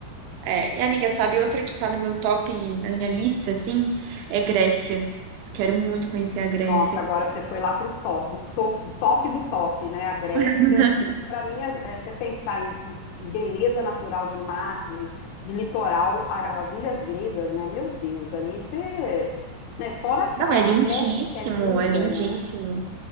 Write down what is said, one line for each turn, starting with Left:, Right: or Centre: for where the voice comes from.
Right: É, e amiga, sabe outra que tá no meu top, na minha lista, assim, é Grécia. Quero muito conhecer a Grécia.
Left: Nossa, agora você foi lá pro top, do top, top do top, né? A Grécia.
Right: <laughs>
Left: Para mim, as- é, você pensar em, em beleza natural de mar, de, de litoral, a- as ilhas gregas, né? Meu Deus, ali você. Né? Fora essa-
Right: Não,
Left: a,
Right: é lindíssimo,
Left: a Grécia, que é linda,
Right: é lindíssimo.
Left: né?